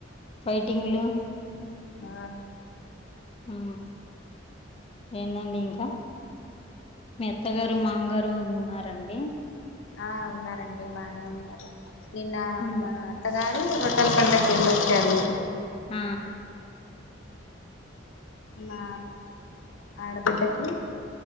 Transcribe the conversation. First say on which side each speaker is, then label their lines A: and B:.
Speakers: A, on the left; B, on the left.
A: ఫైటింగ్లు
B: ఆ
A: ఉ ఏందండి ఇంకా మీ అత్తగారు మామగార్ రు ఉన్నారా అండి
B: ఆ ఉన్నారండి బాగానే ఉన్నారు నిన్న
A: ఉమ్
B: మా అత్తగారు ఒ రొట్టెల పండగకి వెళ్లొచ్చారు
A: ఆ
B: మా ఆడబిడ్డకి